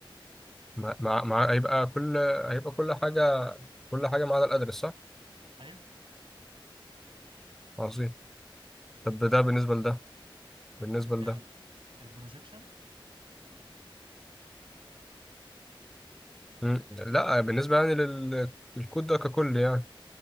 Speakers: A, in the centre; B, on the right.
A: مع مع مع- هيبقى كل هيبقى كل حاجة كل حاجة ما عدا الأدرس صح؟
B: ايوه
A: عظيم طب ده بالنسبة لده بالنسبة لده
B: ال- البروجيكشن
A: مم. لا بالنسبة يعني لل- للكود ده ككل يعني